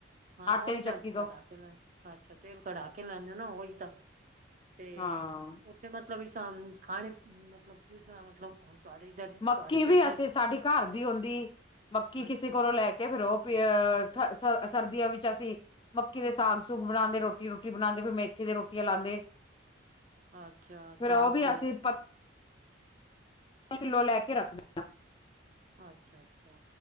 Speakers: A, on the right; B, on the left.
A: ਹਾਂ
B: ਆਟੇ
A: ਉਹੀ
B: ਦੀ
A: ਨਾ
B: ਚੱਕੀ ਤੋਂ
A: ਘਡਾ ਕੇ ਲੈਣ ਅੱਛਾ ਤੇਲ ਕਢਾ ਕੇ ਲੈਂਦੇ ਨਾ ਉਹੀ ਤਾਂ ਤੇ
B: ਹਾਂ
A: ਮਤਲਬ ਇਸ ਖਾਣੇ ਮਤਲਬ ਜਿਸ ਤਰ੍ਹਾਂ ਮਤਲਬ ਹੁਣ ਤੁਹਾਡੇ ਇੱਧਰ
B: ਮੱਕੀ
A: ਤੁਹਾਡੇ
B: ਵੀ
A: ਪਿੰਡ
B: ਅਸੀਂ ਸਾਡੀ ਘਰ ਦੀ ਹੁੰਦੀ ਮੱਕੀ
A: ਅੱਛਾ
B: ਕਿਸੇ ਕੋਲੋਂ ਲੈ ਕੇ ਤੇ ਫੇਰ ਉਹ ਪ ਅਹ ਸਰਦੀਆਂ ਵਿੱਚ ਅਸੀਂ ਮੱਕੀ ਦੇ ਸਾਗ ਸੁਗ ਬਣਾਉਂਦੇ ਰੋਟੀ ਰੋਟੀ ਬਣਾਉਂਦੇ ਫਿਰ ਮੇਥੇ ਦੀ ਰੋਟੀਆਂ ਲਾਉਂਦੇ <unintelligible>
A: ਅੱਛਾ
B: ਫੇਰ
A: ਸਾਗ
B: ਉਹ ਵੀ
A: ਤੇ ਰੋ
B: ਅਸੀਂ ਕਿੱਲੋ ਲੈ ਕੇ ਰੱਖਦੇ
A: ਅੱਛਾ, ਅੱਛਾ